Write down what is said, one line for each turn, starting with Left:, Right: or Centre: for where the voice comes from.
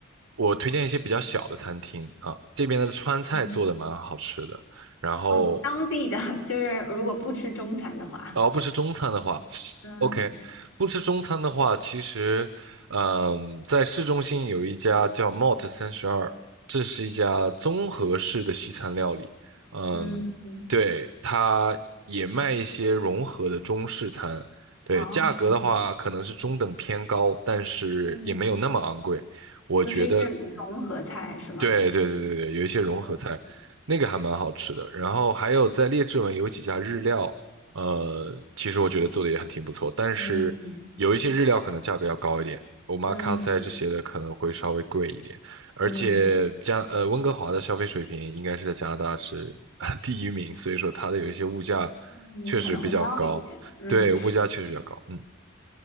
Right: 我推荐一些比较小的餐厅啊。这边的川菜做的蛮好吃的，
Left: 嗯
Right: 然后，
Left: 嗯，当地的 <laughs> 就是如果不吃中餐的话，
Right: 而不吃中餐的话。
Left: 嗯
Right: OK，不吃中餐的话，其实，嗯，在市中心有一家叫 Mott 三十二，这是一家综合式的西餐料理。嗯，
Left: 嗯，
Right: 对，它也卖一些融合的中式餐。对，
Left: 哦，
Right: 价格的话可能是中等偏高，但是也没有那么昂贵。
Left: 嗯
Right: 我觉得
Left: 就是一些融合菜是吗？
Right: 对对对对对，有一些融合菜，
Left: 哦
Right: 那个还蛮好吃的。然后还有在列治文有几家日料，呃，其实我觉得做的也还挺不错，但是有一些日料可能价格要高一点，omakase
Left: 嗯嗯嗯
Right: 这些的可能会稍微贵一点。而且加呃温哥华的消费水平应该是在加拿大是
Left: 嗯
Right: <laughs> 第一名，所以说它的有一些物价
Left: 嗯，
Right: 确实比较高，
Left: 可能会高一些。嗯
Right: 对，物价确实比较高。嗯，<coughs>